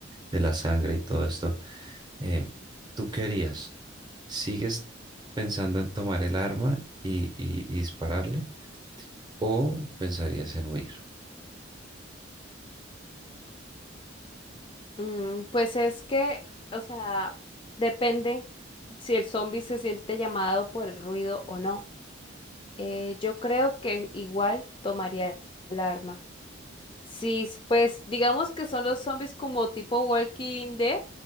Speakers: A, on the right; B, on the left.
A: de la sangre y todo esto. Eh, ¿tú qué harías? ¿Sigues pensando en tomar el arma y, y- y dispararle o pensarías en huir?
B: Mm, pues es que, o sea, depende si el zombie se siente llamado por el ruido o no. Eh, yo creo que igual tomaría el arma. Sí, s- pues digamos que son los zombies como tipo Walking Dead.